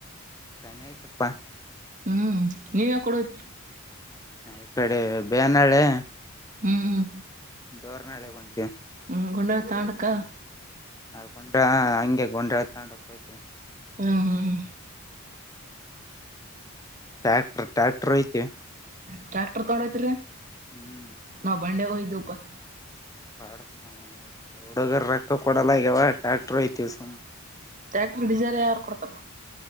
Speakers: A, on the left; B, on the right.
A: ತಾನಯತುಪ್ಪಾ <unintelligible>
B: ಹ್ಮ್ ನೀವ ಯಾವ ಕಡೆ ಹೋದ್ರಿ
A: ಹ ಇ ಕಡೆ ಬ್ಯಾನಳ್ಳಿ
B: ಹ್ಮ್ ಹ್ಮ
A: ಡೂರ್ನಳ್ಳಿಗ್ ಹೊಂಟಿವಿ
B: ಹ್ಞ ಗುಂಡ ತಟಕ
A: ನಾ ಗೊಂಡ್ರ ಹಂಗೆ ಗೊಂಡ್ರಾ ಹೊಂಡಕ್ ಹೋಗ್ತವಿ
B: ಹ್ಮ್ ಹ್ಮ್ ಹ್ಮ್
A: ಟ್ಯಾಕ್ಟರ್ ಟ್ಯಾಕ್ಟರ್ ಐತಿ
B: ಟ್ರ್ಯಾಕ್ಟರ್ ತಗೊಂಡೋಯ್ತ್ರಿೀ
A: ಹ್ಮ್
B: ನಾವ್ ಬಂಡೆ ಹಯ್ದವಪಾ
A: ಪಡ್ತ ಹಡಗರ ರೊಕ್ಕ ಕೊಡಲಗವಾ ಟ್ಯಾಕ್ಟರ್ ಹೊಯ್ತುವಿ ಸುಮ್ನೆ
B: ಟ್ಯಾಕ್ಟ್ರ ಡಿಸಲ್ ಯಾರು ಕೊಡ್ತರ